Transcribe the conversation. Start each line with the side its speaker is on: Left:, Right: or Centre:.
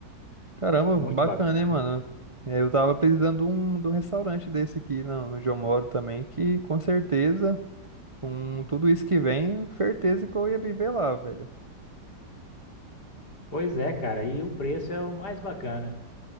Right: Caramba,
Left: Muito
Right: bacana,
Left: bacana.
Right: hein, mano? É, Eu tava precisando de um, de um restaurante desse aqui, não, onde eu moro também, que com certeza, com tudo isso que vem, certeza que eu ia viver lá, velho.
Left: Pois é, cara, e o preço é o mais bacana.